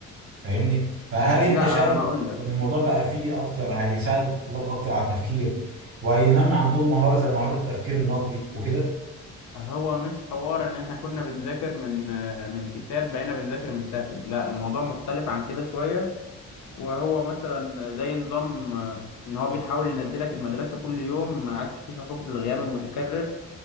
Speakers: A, on the right (about 45°); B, on the left (about 75°).
A: فاهمني فهل
B: آه،
A: انت
B: لا
A: شايف
B: هقول لك
A: ان الموضوع بقى فيه اكتر هيساعد الطلاب اكتر على التفكير وهينمي عندهم مهاره زي مهاره التفكير النقدي وكده
B: هو مش حوار ان احنا كنا بنذاكر من من كتاب بقينا بنذاكر من تابلت لا الموضوع مختلف عن كده شوية وهو مثلا زي نظام ان هو بيحاول ينزلك المدرسة كل يوم ما عادش فيه ثقافة الغياب المتكرر